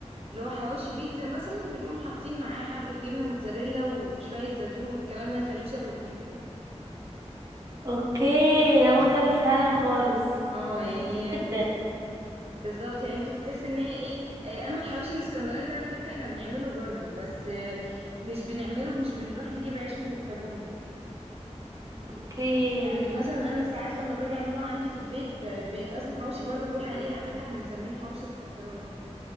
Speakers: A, on the right; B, on the right.
A: اللي هو حواوشي بيتزا مثلا بنقوم حاطين معاه حبة جبنة موتزاريلا وشوية زيتون والكلام ده نخليه شبه البيتزا
B: اوكي ده مختلف فعلا خالص
A: اه
B: مختلف
A: يعني
B: جدا
A: بالظبط يعني انت بتحسي ان هي ايه آه، اما الحواوشي الاسكندراني ده على فكرة احنا بنعمله برضو بس آه، مش بنعمله مش بنروح نجيب عيش من التابونة
B: اوكي
A: يعني مثلا انا ساعات لما باجي اعمله عندي في البيت ب- بيبقى اسمه حواوشي برضو بقول عليه على فكرة احنا مسمينه حواوشي اسكندراني